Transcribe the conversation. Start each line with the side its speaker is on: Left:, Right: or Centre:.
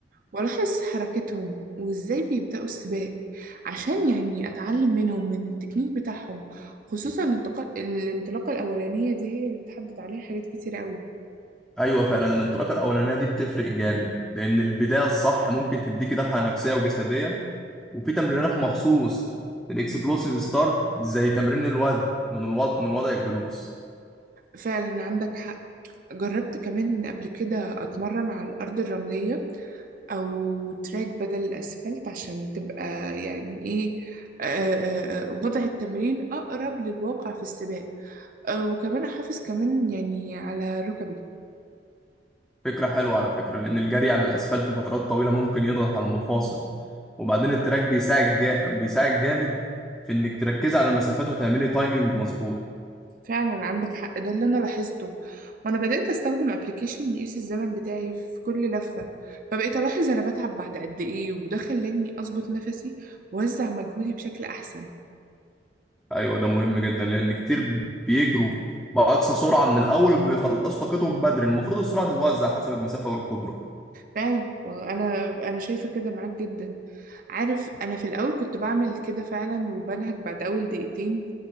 Right: وألاحظ حركتهم وإزاي بيبدأوا السباق عشان يعني أتعلم منهم من التكنيك بتاعهم خصوصا الانتقال الانطلاقة الأولانية دي هي اللي بتحدد عليها حاجات كتير قوي
Centre: ايوه فعلا الانطلاقه الاولانيه دي بتفرق جامد لان البدايه الصح ممكن تديكي دفعه نفسيه وجسديه وفي تمرينات مخصوص للاكسبلوسيف ستارت زي تمرين الوزن من الوضع من وضع الجلوس
Right: فعلا عندك حق جربت كمان قبل كده أتمرن على الأرض الرملية أو تراك بدل الأسفلت عشان تبقى يعني إيه آه، آه، آه، وضع التمرين أقرب للواقع في السباق آه، وكمان أحافظ كمان يعني على ركبي
Centre: فكره حلوه على فكره لان الجري على الاسفلت لفترات طويله ممكن يضغط على المفاصل وبعدين التراك بيساعد جا... بيساعد جامد في انك تركزي على المسافات وتعملي تايمنج مظبوط
Right: فعلا عندك حق ده اللي انا لاحظته وانا بدأت استخدم ابلكيشن يقيس الزمن بتاعي في كل لفة فبقيت الاحظ انا بتعب بعد قد ايه وده خلاني اظبط نفسي واوزع مجهودي بشكل احسن
Centre: ايوه ده مهم جدا لان كتير بيجروا باقصى سرعه من الاول بيخلصوا طاقتهم بدري المفروض السرعه تتوزع حسب المسافه والقدره
Right: فعلا والله انا انا شايفه كده معاك جدا عارف انا في الاول كنت بعمل كده فعلا وبنهج بعد اول دقيقتين